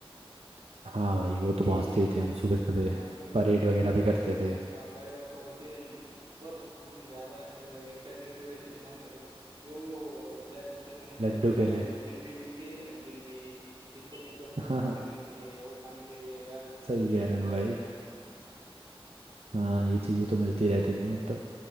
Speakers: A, on the right (about 85°); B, on the right (about 55°).
A: हाँ भाई
B: क्योंकि
A: वो तो पहुँचते ही थे हम सुबह सुबह
B: हाँ क्योंकि
A: परेड
B: मतलब
A: वगैरह
B: वो
A: भी करते
B: तो
A: थे
B: हाँ परे वो तो होती रहेंगी पर हम ज्यादा एक्साइटेड क्यों रहते थे मालूम है क्या जो फ्लैग होस्टिंग होने के
A: लड्डू
B: बाद जो हमारे
A: खेले
B: को जिलेबी मिलती है थे ना जिलेबी किसको किसको सोन
A: हाँ
B: पापड़ी मिलती है वो खाने के लिए यार
A: <laughs> सही
B: जल्दी
A: कह रहे
B: तैयार
A: हो भाई
B: होते
A: हाँ ये चीज़ें तो मिलती रहती थी मतलब